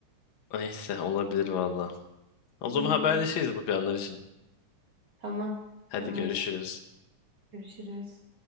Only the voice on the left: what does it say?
Neyse olabilir valla. O
zaman haberleşiriz bu planlar için.
Hadi
görüşürüz.